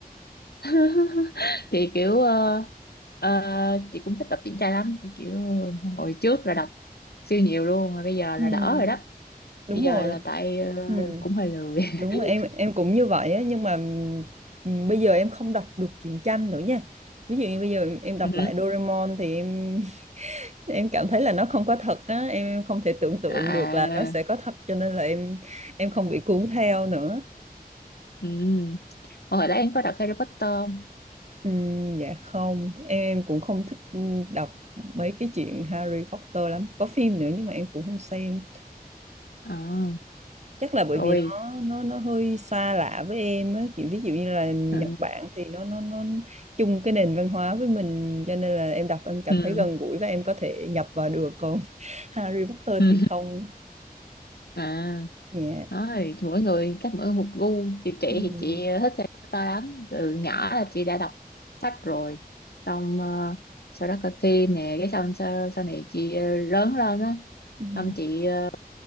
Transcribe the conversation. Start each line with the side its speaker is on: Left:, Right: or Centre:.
Left: <laughs> thì kiểu ờ, ờ, chị cũng thích tập truyện tranh lắm thì kiểu hồi trước là đọc siêu nhiều luôn mà bây giờ
Right: <laughs> ừ,
Left: là đỡ rồi đó
Right: đúng
Left: bây giờ
Right: rồi
Left: là tại ờ,
Right: ừ,
Left: cũng hơi lười
Right: đúng
Left: <laughs>
Right: rồi em em cũng như vậy á nhưng mà ừm, bây giờ em không đọc được truyện tranh nữa nha ví dụ như bây giờ em đọc
Left: Ừ.
Right: lại Doraemon thì em <laughs> em cảm thấy là nó không có thật á em không thể tưởng tượng
Left: à
Right: được là nó sẽ có thật cho nên là em em không bị cuốn theo nữa
Left: ừ. hồi đó em có đọc Harry Potter không
Right: Ừm, dạ không, em cũng không thích ừm, đọc mấy cái chuyện Harry Potter lắm. Có phim nữa nhưng mà em cũng không xem.
Left: à,
Right: Chắc là bởi
Left: rồi
Right: vì nó nó nó hơi xa lạ với em á. Kiểu Ví dụ như là Nhật
Left: ừ.
Right: Bản thì nó nó nó chung cái nền văn hóa với mình cho nên là em đọc em cảm
Left: Ừ.
Right: thấy gần gũi và em có thể nhập vào được. Còn <laughs> Harry Potter
Left: Ừ.
Right: thì không.
Left: à
Right: Dạ.
Left: nói thì mỗi người chắc mỗi một gu chị chị
Right: Ừm,
Left: thì chị thích Harry Potter lắm từ nhỏ là chị đã đọc sách rồi xong ờ, sau đó coi phim nè cái xong sau, sau này chị ờ, lớn lên á
Right: ừm.
Left: xong chị ờ,